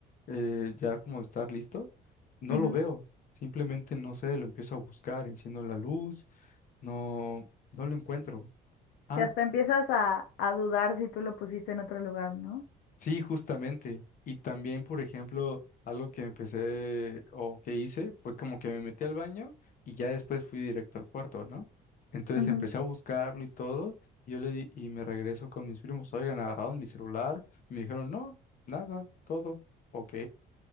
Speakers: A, on the left; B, on the left.
A: eh, ya como estar listo, no
B: ujú.
A: lo veo. Simplemente no sé, lo empiezo a buscar, enciendo la luz, no, no lo encuentro. ah
B: Que hasta empiezas a, a dudar si tú lo pusiste en otro lugar, ¿no?
A: Sí, justamente. Y también, por ejemplo, algo que empecé o que hice fue como que me metí al baño y ya después fui directo al cuarto, ¿no? Entonces
B: Ujú.
A: empecé a buscarlo y todo. Y yo le di y me regreso con mis primos. Oigan, agarraron mi celular. Y me dijeron, no, nada, todo. Ok.